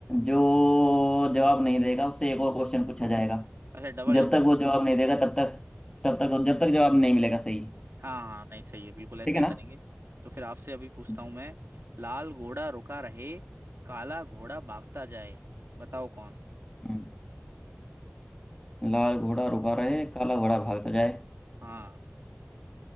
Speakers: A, on the left (about 15°); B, on the right (about 70°).
A: जो जवाब नहीं देगा उससे एक और क्वेश्चन पूछा जाएगा
B: अच्छा डबल
A: जब तक वो जवाब नहीं देगा तब तक तब तक जब तक जवाब नहीं मिलेगा सही
B: हाँ हाँ हाँ, नहीं सही है बिल्कुल ऐसा
A: ठीक है
B: ही
A: ना
B: करेंगे तो फिर आपसे अभी पूछता
A: हम्म,
B: हूँ मैं लाल घोड़ा रुका रहे काला घोड़ा भागता जाए बताओ कौन
A: हम्म। लाल घोड़ा रुका रहे काला घोड़ा भागता जाए
B: हाँ